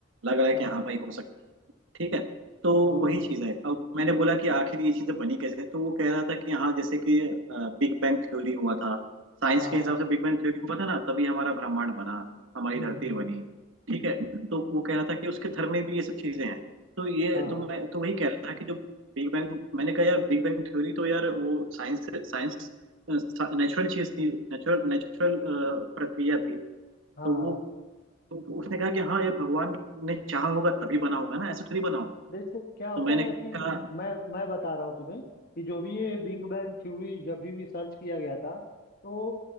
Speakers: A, on the right (about 70°); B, on the left (about 45°).
A: लग रहा है
B: हाँ
A: कि हाँ भाई हो सकता है ठीक है तो
B: हाँ
A: वही चीज है अब मैंने बोला कि आखिर ये चीजें बनी कैसे तो वो कह रहा था कि हाँ जैसे कि बिग बैंग थ्योरी हुआ था साइंस
B: हाँ
A: के हिसाब से बिग बैंग थ्योरी हुआ था ना तभी हमारा ब्रह्मांड बना हमारी
B: हम्म
A: धरती
B: हम्म
A: बनी ठीक है तो वो कह रहा था कि उसके धर्म में भी ये सब चीजें हैं तो ये
B: हाँ
A: तो मैं तो वही कह रहा था कि जो बिग बैंग मैंने कहा यार बिग बैंग थ्योरी तो यार वो साइंस साइंस नेचुरल चीज थी नेचुरल नेचुरल प्रक्रिया थी
B: हाँ
A: तो वो तो उसने कहा कि हाँ ये भगवान ने चाहा होगा तभी बना होगा ना ऐसे थोड़ी बना होगा
B: जैसे क्या होता
A: तो मैंने
B: है ना कि
A: कहा
B: मैं मैं बता रहा हूँ तुम्हें कि जो भी ये बिग बैंग थ्योरी जब भी भी सर्च किया गया था तो